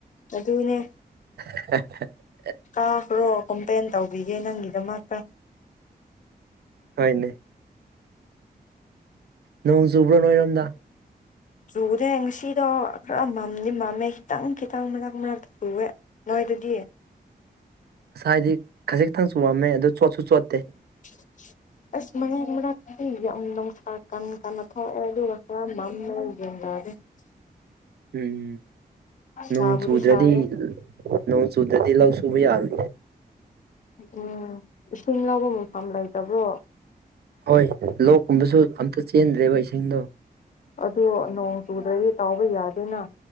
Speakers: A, on the left (about 50°); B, on the right (about 80°).
A: ꯑꯗꯨꯅꯦ
B: <unintelligible>
A: ꯀꯥꯈ꯭ꯔꯣ ꯀꯝꯄ꯭ꯂꯦꯟ ꯇꯧꯕꯤꯒꯦ ꯅꯪꯒꯤꯗꯃꯛꯇ
B: ꯍꯅꯦ ꯅꯣꯡ ꯆꯨꯕ꯭ꯔꯣ ꯅꯣꯏꯔꯣꯝꯗ
A: ꯆꯨꯔꯦ ꯉꯁꯤꯗꯣ ꯈꯔ ꯃꯝꯗꯤ ꯃꯝꯃꯦ ꯈꯤꯇꯪ ꯈꯤꯇꯪ ꯃꯔꯛ ꯃꯔꯛꯇ ꯆꯨꯑꯦ ꯅꯣꯏꯗꯗꯤ ꯒꯤ
B: ꯉꯁꯥꯏ ꯍꯥꯏꯗꯤ ꯈꯖꯤ ꯛꯇꯪꯁꯨ ꯋꯥꯝꯃꯦ ꯑꯗꯣ ꯆꯣꯠꯁꯨ ꯆꯣꯠꯇꯦ
A: <unintelligible> ꯑꯁ ꯃꯅꯦ ꯀꯟ ꯀ ꯎ
B: ꯎꯝ ꯅꯪ
A: ꯁꯥꯕꯨꯗꯤ
B: ꯆꯨꯗꯗꯤ
A: ꯁꯥꯏꯌꯦ
B: ꯅ ꯆꯨꯗ꯭ꯔꯗꯤ ꯂꯁꯨ ꯊꯕꯤ ꯌꯥꯔꯦ
A: ꯎꯝ ꯏꯁꯤꯡ ꯂꯧꯕ ꯃꯐꯝ ꯂꯩꯇꯕ꯭ꯔꯣ
B: ꯍꯣꯏ ꯂꯣꯛꯀꯨꯝꯕꯁꯨ ꯑꯝꯇ ꯆꯦꯟꯗ꯭ꯔꯦꯕ ꯏꯁꯤꯡꯗꯣ
A: ꯑꯗꯨ ꯅꯣꯡ ꯆꯨꯗ꯭ꯔꯗꯤ ꯇꯥꯎꯕ ꯌꯥꯗꯦꯅ